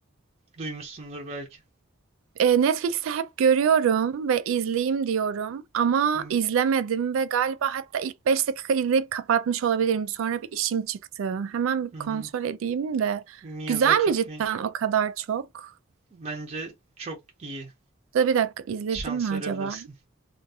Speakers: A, on the right (about 30°); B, on the right (about 65°).
A: Duymuşsundur belki.
B: E, Netflix'te hep görüyorum ve izleyeyim diyorum ama
A: Hı.
B: izlemedim ve galiba hatta ilk 5 dakika izleyip kapatmış olabilirim. Sonra bir işim çıktı. Hemen bir
A: Hı
B: kontrol
A: hı.
B: edeyim de.
A: Miyazaki
B: Güzel mi
A: film.
B: cidden o kadar çok?
A: Bence çok iyi.
B: Da bir dakika izledim
A: Şans
B: mi acaba?
A: verebilirsin.